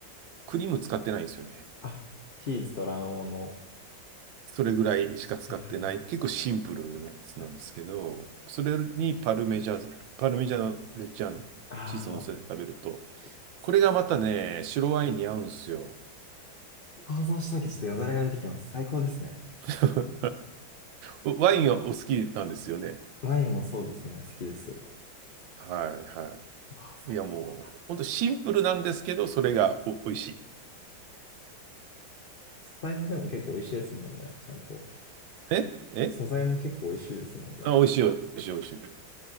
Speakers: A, on the right; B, on the left.
A: クリーム使ってないんですよね。
B: あ、チーズと卵黄の。
A: それぐらいしか使ってない、
B: はいはいはい
A: 結構シンプルなやつなんですけど、
B: はい。
A: それにパルメジャー、パルメジャーノレッジャーノ、
B: あ
A: チーズを乗せて食べると、
B: あ、いいですね。
A: これがまたね、白ワインに合うんですよ。
B: 想像しただけちょっとよだれが出てきます。最高ですね。
A: <laughs> ワインはお好きなんですよね。
B: ワインもそうですね。好きです。
A: はいは
B: ああ、最高だ。
A: い。いや、もう、ほんとシンプルなんですけど、それがお、美味しい。
B: 素材もでも結構美味しいですもんね。ちゃんと。
A: ええ
B: 素材も結構美味しいですもんね。
A: あ、美味しい、美味しい、美味しい。